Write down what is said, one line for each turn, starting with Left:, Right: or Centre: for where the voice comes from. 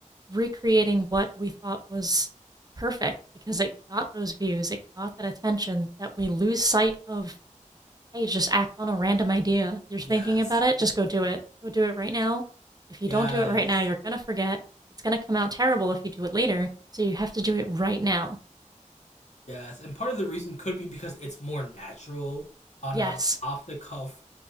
Right: recreating what we thought was perfect because it got those views, it got that attention that we lose sight of, hey, just act on a random idea. You're thinking
Left: yes.
Right: about it, just go do it. Go do it right now. If you
Left: Yes.
Right: don't do it right now, you're going to forget. It's going to come out terrible if you do it later. So you have to do it right now.
Left: Yes. And part of the reason could be because it's more natural on
Right: Yes.
Left: a off the cuff